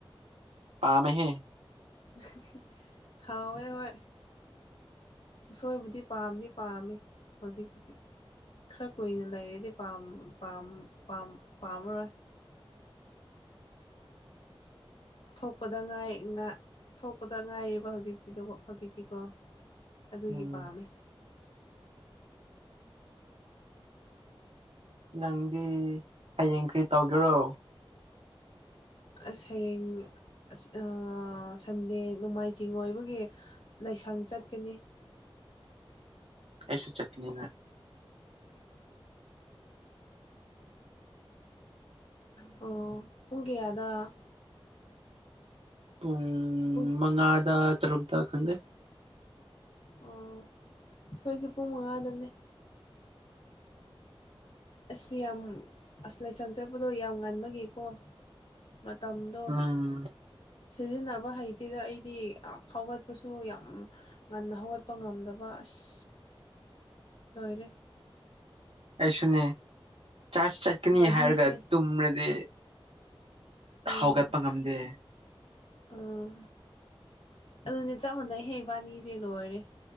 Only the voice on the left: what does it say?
<unintelligible> ꯍꯥꯎꯋꯦ ꯍꯣꯏ ꯎꯁꯣꯏꯕꯨꯗꯤ ꯄꯥꯝꯗꯤ ꯄꯥꯝꯃꯤ ꯍꯧꯖꯤꯛꯄꯨꯗꯤ ꯈꯔ ꯀꯨꯏꯅ ꯂꯩꯔꯗꯤ ꯄꯥꯝ ꯄꯥꯝ ꯄꯥꯝꯃꯔꯣꯏ ꯊꯣꯛꯄꯗ ꯉꯥꯏ ꯊꯣꯛꯄꯗ ꯉꯥꯏꯔꯕ ꯍꯧꯖꯤꯛꯇꯤꯗꯣ ꯍꯧꯖꯤꯛꯇꯤꯀꯣ ꯑꯗꯨꯒꯤ
ꯄꯥꯝꯃꯦ
ꯑꯁ ꯍꯌꯦꯡ ꯑꯥ ꯁꯟꯗꯦ ꯅꯣꯡꯃꯥꯏꯖꯤꯡ ꯑꯣꯏꯕꯒꯤ ꯂꯩꯁꯪ ꯆꯠꯀꯅꯤ
ꯑꯣ ꯄꯨꯡ ꯀꯌꯥꯗ
ꯄꯨꯡ
ꯑꯣ ꯈꯣꯏꯁꯨꯦ ꯄꯨꯡ ꯃꯉꯥꯗꯅꯦ ꯑꯁ ꯌꯥꯝ ꯑꯁ ꯂꯥꯏꯁꯪ ꯆꯠꯄꯗꯣ ꯌꯥꯝ ꯉꯥꯟꯕꯒꯤꯀꯣ ꯃꯇꯝꯗꯣ
ꯁꯤꯖꯤꯟꯅꯕ ꯍꯩꯇꯦꯗ ꯑꯩꯗꯤ ꯍꯧꯥꯎꯒꯠꯄꯁꯨ ꯌꯥꯝ ꯉꯟꯅ ꯍꯧꯒꯠꯄ ꯉꯝꯗꯕ ꯑꯁ ꯂꯣꯏꯔꯦ
ꯕꯗꯤꯁꯦ
ꯑꯥ
ꯑꯥ ꯑꯗꯨꯅꯦ ꯆꯞ ꯃꯥꯟꯅꯩ ꯍꯦ ꯏꯕꯥꯅꯤꯖꯦ ꯂꯣꯏꯔꯦ